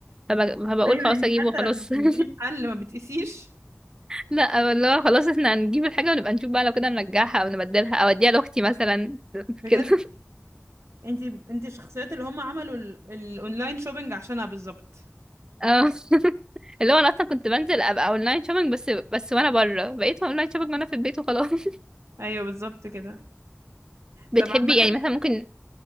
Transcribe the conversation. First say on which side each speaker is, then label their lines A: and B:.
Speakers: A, on the right (about 15°); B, on the right (about 90°).
A: فب- فبقول
B: ايوه
A: خلاص
B: انت
A: اجيبه
B: حتى
A: خلاص
B: لما بتنزلي
A: <laughs>
B: محل ما بتقيسيش
A: لا والله خلاص احنا هنجيب الحاجه ونبقى نشوف بقى لو كده نرجعها او نبدلها او اديها لاختي مثلا <laughs>
B: بجد
A: كده
B: انت انت الشخصيات اللي هم عملوا ال- الاونلاين شوبينج عشانها بالظبط
A: اه <laughs> اللي هو انا اصلا كنت بنزل ابقى اونلاين شوبينج بس بس وانا بره بقيت اونلاين شوبينج وانا في البيت وخلاص <laughs>
B: ايوه بالظبط كده
A: بتحبي
B: طب عامة
A: يعني مثلا ممكن